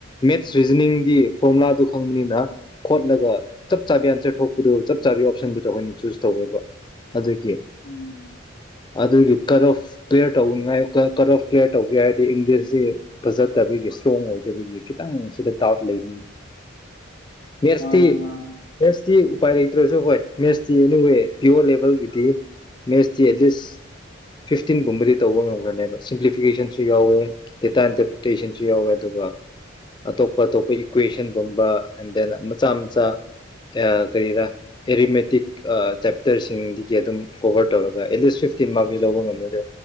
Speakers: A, on the left; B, on the left.
A: ꯃꯦꯠꯁ ꯔꯤꯖꯅꯤꯡꯗꯤ ꯐꯣꯔꯃꯨꯂꯥꯗꯨ ꯈꯪꯕꯅꯤꯅ ꯈꯣꯠꯂꯒ ꯆꯞ ꯆꯥꯕꯤ ꯑꯟꯁꯔ ꯊꯣꯛꯄꯗꯨ ꯆꯞ ꯆꯥꯕꯤ ꯑꯣꯞꯁꯟꯗꯨꯗꯣ ꯑꯩꯈꯣꯏꯅ ꯆꯨꯁ ꯇꯧꯋꯦꯕ ꯑꯗꯨꯒꯤ
B: ꯎꯝ
A: ꯑꯗꯨꯒꯤ ꯀꯠ ꯑꯣꯐ ꯀꯂꯤꯌꯥꯔ ꯇꯧ ꯀꯔ ꯑꯣꯐ ꯀꯂꯤꯌꯥꯔ ꯇꯧꯒꯦ ꯍꯥꯏ ꯗꯤ ꯏꯪꯂꯤꯁꯁꯤ ꯐꯖꯠꯇꯕꯒꯤ ꯏꯁꯇ꯭ꯔꯣꯡ ꯑꯣꯏꯗꯕꯒꯤ ꯈꯤꯇꯪ ꯁꯤꯗ ꯗꯥꯎꯠ ꯂꯩꯅꯤꯅꯤ ꯃꯦꯁꯇꯤ
B: ꯃꯥꯅꯦ ꯃꯥꯅꯦ
A: ꯁꯤ ꯎꯄꯥꯏ ꯂꯩꯇ꯭ꯔꯁꯨ ꯍꯣꯏ ꯃꯦꯠꯁꯇꯤ ꯑꯦꯅꯤꯋꯦ ꯄꯤꯌꯣ ꯂꯦꯚꯦꯜꯒꯤꯗꯤ ꯃꯦꯠꯁꯇꯤ ꯑꯦꯠꯂꯤꯁ ꯐꯤꯐꯇꯤꯟꯒꯨꯝꯕꯗꯤ ꯇꯧꯕ ꯉꯝꯈ꯭ꯔꯅꯦꯕ ꯁꯤꯝꯄ꯭ꯂꯤꯐꯤꯀꯦꯁꯟ ꯌꯥꯎꯋꯦ ꯗꯥꯇꯥ ꯏꯟꯇꯔꯄꯤꯇꯦꯁꯟꯁꯨ ꯌꯥꯎꯋꯦ ꯑꯗꯨꯒ ꯑꯇꯣꯞ ꯑꯇꯣꯞꯄ ꯏꯀ꯭ꯋꯦꯁꯟꯒꯨꯝꯕ ꯑꯦꯟ ꯗꯦꯟ ꯃꯆꯥ ꯃꯆꯥ ꯀꯔꯤꯔꯥ ꯑꯦꯔꯤꯃꯦꯇꯤꯛ ꯆꯦꯞꯇꯔꯁꯤꯡꯗꯒꯤ ꯑꯗꯨꯝ ꯀꯣꯚꯔ ꯇꯧꯔꯒ ꯑꯦꯠꯂꯤꯁ ꯐꯤ ꯐꯤꯐꯇꯤꯟ ꯃꯥꯔꯛꯗꯤ ꯂꯧꯕ ꯉꯝꯃꯦ ꯑꯗꯣ